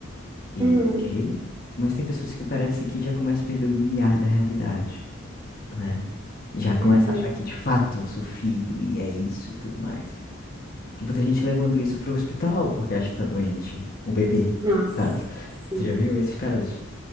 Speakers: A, on the left; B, on the right.
A: E,
B: uhum,
A: ok? Mas tem pessoas que parece que já começam a perder o limiar da realidade, né? Já começa
B: uhum.
A: a achar que de fato eu sou filho e é isso e tudo mais. Tipo, tem gente levando isso pro hospital porque acha que tá doente. O bebê,
B: Nossa,
A: no caso.
B: sim.
A: Você já viu esses casos?